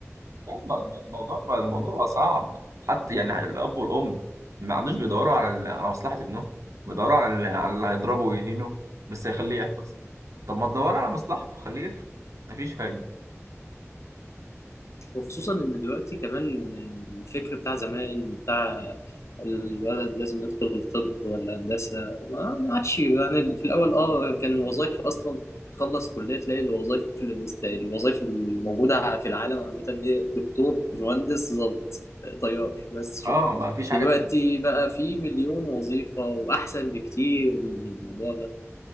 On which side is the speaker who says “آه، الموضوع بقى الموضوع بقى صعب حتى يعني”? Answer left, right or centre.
Right